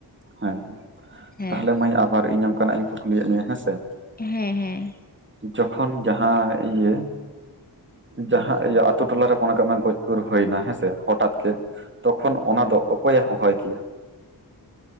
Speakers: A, on the right; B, on the left.
A: ᱦᱮᱸ ᱦᱮᱸ,
B: ᱦᱮᱸ
A: ᱛᱟᱦᱚᱞᱮ ᱢᱟᱹᱭ ᱟᱵᱟᱨ ᱤᱧ ᱚᱱᱠᱟᱱᱟᱜ ᱤᱧ ᱠᱩᱠᱞᱤᱭᱮᱜ ᱢᱮᱭᱟ ᱦᱮᱸ ᱥᱮ᱾
B: ᱦᱮᱸ, ᱦᱮᱸ᱾
A: ᱡᱚᱠᱷᱚᱱ ᱡᱟᱦᱟᱸ ᱤᱭᱟᱹ ᱡᱟᱦᱟᱸ ᱤᱭᱟᱹ ᱟᱹᱛᱩ ᱴᱚᱞᱟ ᱨᱮ ᱢᱚᱱᱮ ᱠᱟᱜ ᱢᱮ ᱜᱚᱡ ᱜᱩᱨ ᱦᱩᱭᱱᱟ ᱦᱮᱸ ᱥᱮ ᱦᱚᱴᱟᱛ ᱜᱮ᱾ ᱛᱚᱠᱷᱚᱱ ᱚᱱᱟ ᱫᱚ ᱚᱠᱚᱭᱮ ᱦᱚᱦᱚᱭ ᱜᱮᱭᱟ?